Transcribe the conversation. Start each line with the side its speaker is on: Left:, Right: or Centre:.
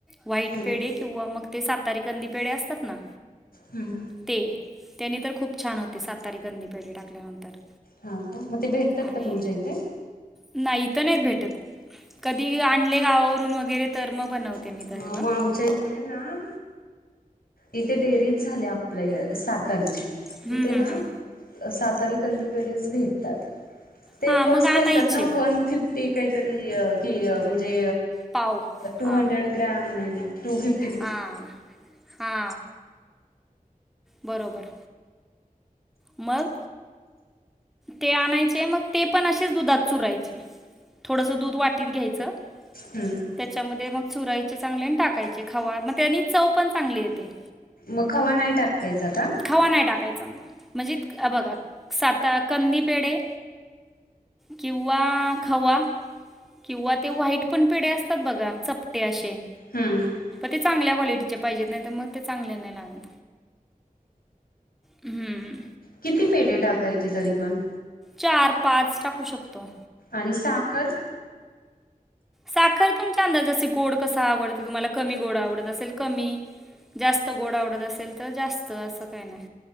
Centre: वाईट
Left: हम्म
Centre: पेढ किंवा मग ते सातारी कंदी पेढ असतात ना
Left: हम्म
Centre: ते त्यांनी तर खूप छान होते सातारी गंदी पेढे टाकल्यानंतर
Left: हा मग ते भेटतात
Centre: आणि
Left: का तुमच्या इथे.
Centre: नाही इथं नाहीत भेटत. कधी आणले गावावरून वगैरे तर म बनवते मी.
Left: हा
Centre: तेव्हा.
Left: मग आमचे. ईकडे ना इथे डेअरीच झाले आपल्या सातारची.
Centre: हम्म
Left: तिथे ना
Centre: हम्म हम्म.
Left: सातारी कंदी पेढेच भेटतात. ते
Centre: हां
Left: कॉस्टली
Centre: मग आणायचे
Left: असतात ना वन फिफ्टी काहीतरी कि म्हणजे
Centre: पाव
Left: टू
Centre: हां
Left: हंड्रेड ग्रॅम टू फिफ्ट.
Centre: हां हा. बरोबर. मग? ते आणायचे मग ते पण असेच दुधात चुरायचे थोडसं दूध वाटीत घ्यायचं.
Left: हम.
Centre: त्याच्यामध्ये मग चुरायचे चांगले आणि टाकायचे खवा मग त्यानी चव पण चांगली येते.
Left: मग खवा नाही टाकायचा आ.
Centre: हवा नाही टाकायचा मग. म्हणजे हे बघा साता कंदी पेडे. किंवा खावा. किंवा ते वा्हाईट पण पेढ असतात बघा चपटे असे.
Left: हम्म त्यामुळे.
Centre: ते चांगल्या क्वालिटीचे पाहिजेत नाही तर मग ते चांगले नाही लागणार. हम्म.
Left: किती पेढे टाकायचे तरी पण.
Centre: चार पाच टाकू शकतो.
Left: आणि साखर.
Centre: साखर तुमच्या अंदाज जस गोड कसा आवडते तुम्हाला कमी गोड आवडत असेल कमी जास्त गोड आवडत असेल तर जास्त असं काही नाही